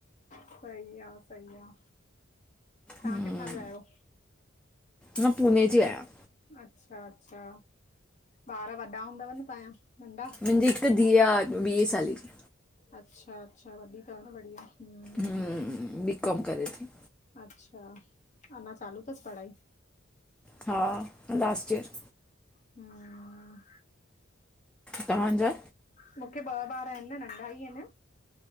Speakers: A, on the left; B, in the centre.
A: सही आ सही आ, तां
B: हम्म
A: किथां जा आयो?
B: मां, पुने जी आयां।
A: अच्छा अच्छा, ॿार वॾ् ॾा हूंदव न तांझा, नंढा?
B: मुंहिंजी हिकु धीउ आहे वीह साले जी
A: अच्छा अच्छा, वॾी तव न, बढ़िया हम्म,
B: हम्, बीकॉम करे ती।
A: अच्छा, अञां चालू तस पढ़ाई?
B: हा, लास्ट ईयर।
A: हम्
B: तवांजा?
A: मुखे ॿ ॿार आएन, नंढा ई इन,